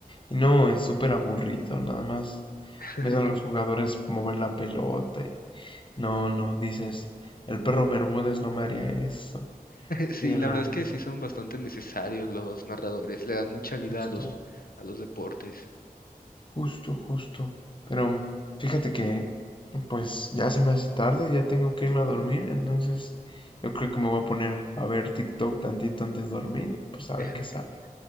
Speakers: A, on the left (about 35°); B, on the left (about 75°).
A: Y no,
B: claro.
A: es súper aburrido, nada más
B: <laughs>
A: ves a los jugadores mover la pelota. y- No, no, dices, el perro Bermúdez no me haría eso. Sí,
B: Sí,
A: realmente,
B: la verdad es que sí son bastante necesarios los narradores, le dan mucha vida
A: justo.
B: a los, a los deportes.
A: Justo, justo. Pero fíjate que, pues ya se me hace tarde, ya tengo que irme a dormir, entonces yo creo que me voy a poner a ver TikTok tantito antes de dormir y pues a ver
B: <laughs>
A: qué sale.